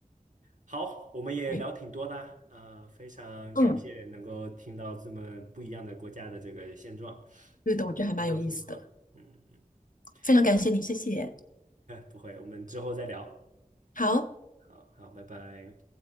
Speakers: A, on the right; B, on the left.
A: 好，我们也聊挺多的啊，
B: 对，
A: 呃非常感谢能够听到这么不一样的国家的这个现状，
B: 嗯，对的，
A: 挺好的工作情况。
B: 我觉得还蛮有意思的，
A: 嗯，
B: 非常感谢你，
A: <laughs> 好，
B: 谢谢。
A: 不会，我们之后再聊。
B: 好。
A: 好好，拜拜。